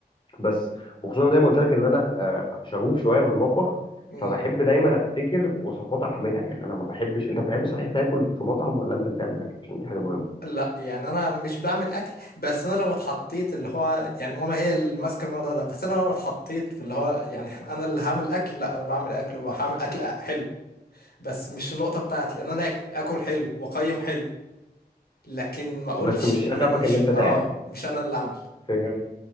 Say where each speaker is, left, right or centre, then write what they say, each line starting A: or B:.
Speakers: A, on the left (about 30°); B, on the left (about 65°).
A: بس وخصوصا زي ما قلت لك ان انا آه، شغوف شويه بالمطبخ
B: مم.
A: فبحب دايما ابتكر وصفات اعملها يعني انا ما بحبش انت بتحب صحيح تاكل في مطعم ولا انت اللي تعمل اكل عشان دي حاجه مهمه
B: لا يعني انا مش بعمل اكل بس انا لو اتحطيت اللي هو يعني ماما هي اللي ماسكه الموضوع ده بس انا لو اتحطيت في اللي هو يعني انا اللي هعمل اكل لا انا بعمل اكل وهعمل اكل حلو بس مش النقطه بتاعتي يعني انا اكل اكل حلو واقيم حلو لكن ما اقولش
A: بس مش
B: م-
A: شغفك
B: مش
A: ان انت تعمل
B: اه مش انا اللي اعمل
A: فهمت